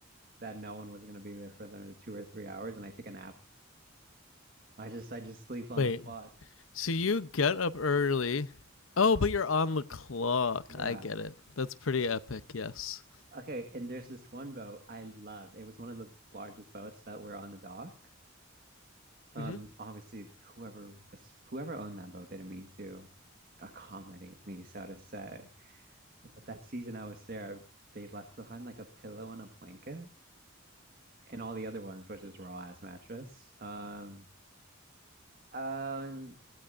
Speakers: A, on the right; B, on the left.
A: that no one was going to be there for the two or three hours and I take a nap. I just I just sleep on
B: Wait.
A: the clock.
B: So you get up early. Oh, but you're on the clock.
A: Yeah.
B: I get it. That's pretty epic. Yes.
A: Okay. And there's this one boat I loved. It was one of the largest boats that were on the dock. Um,
B: Mm-hmm.
A: obviously whoever was whoever owned that boat, they didn't mean to accommodate me, so to say. But that season I was there, they left behind like a pillow and a blanket and all the other ones, which is raw ass mattress. Um, um,